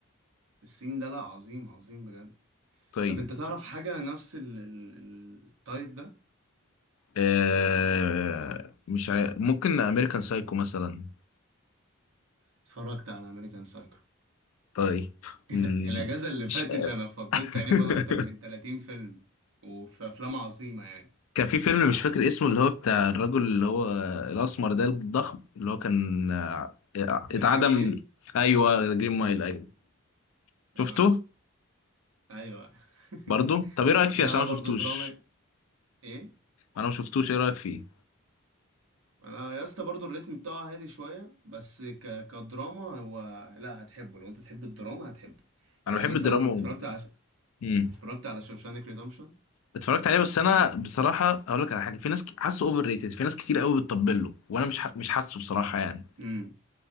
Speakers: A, on the right; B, on the left.
A: السين ده لا عظيم عظيم بجد
B: طيب
A: طب انت تعرف حاجه نفس ال- ال- التايب ده
B: آه مش عارف ممكن امريكان سايكو مثلا
A: اتفرجت على امريكان سايكو
B: طيب
A: <laughs>
B: مم،
A: الاجازه اللي
B: مش
A: فاتت انا فضيت
B: <laughs>
A: تقريبا اكتر من 30 فيلم وفي افلام عظيمه يعني
B: كان في فيلم مش فاكر اسمه اللي هو بتاع الرجل اللي هو الاسمر ده الضخم اللي هو كان آه، اتعدم
A: ده جرين ميل
B: ايوه جرين مايل ايوه
A: اه
B: شفته
A: ايوه
B: برضو طب
A: <laughs>
B: ايه رايك فيه
A: بتاع
B: عشان
A: ده
B: انا
A: برضه
B: ما شفتوش
A: دراما ايه
B: انا ما شفتوش ايه رايك فيه
A: انا يا اسطى برضه الريتم بتاعه هادي شويه بس ك... كدراما هو لا هتحبه لو انت تحب الدراما هتحبه
B: انا
A: يعني
B: بحب
A: مثلا
B: الدراما
A: اتفرجت
B: و...
A: على ش...
B: مم.
A: اتفرجت على شوشانك ريدمشن
B: اتفرجت عليه بس انا بصراحه اقول لك على حاجه في ناس ك- حاسه اوفر ريتد في ناس كتير قوي بتطبل له وانا مش ح... مش حاسه بصراحه يعني
A: امم